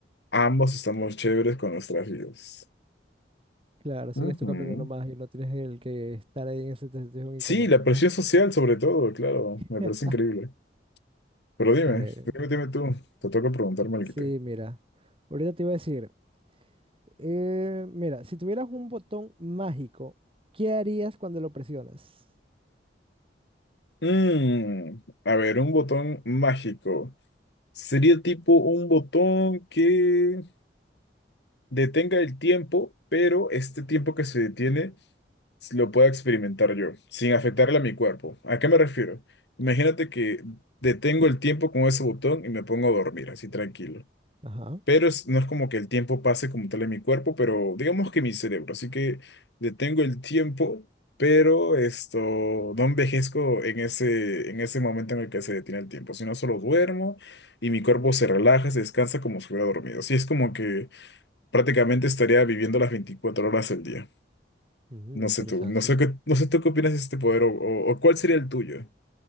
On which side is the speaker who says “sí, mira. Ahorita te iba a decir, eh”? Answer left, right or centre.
Right